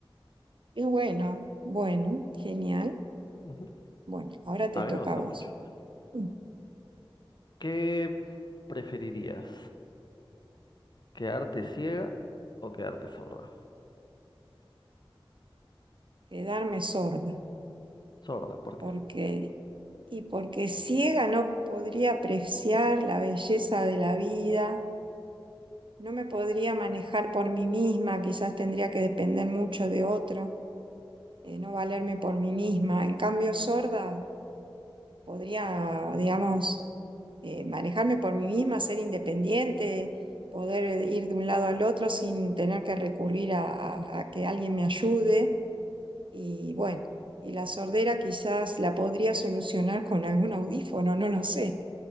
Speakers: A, on the right; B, on the left.
A: Qué bueno, bueno, genial.
B: Ujú.
A: Bueno, ahora te
B: A mí
A: toca
B: me gusta
A: a vos.
B: mucho.
A: Mm.
B: ¿Qué preferirías? ¿Quedarte ciega o quedarte sorda?
A: Quedarme sorda,
B: Sorda, ¿por qué?
A: porque y porque ciega no podría apreciar la belleza de la vida, no me podría manejar por mí misma, quizás tendría que depender mucho de otro, eh, no valerme por mí misma. En cambio, sorda podría, digamos, eh, manejarme por mí misma, ser independiente, poder ir de un lado al otro sin tener que recurrir a, a- a que alguien me ayude. Y bueno, y la sordera quizás la podría solucionar con algún audífono, no lo sé.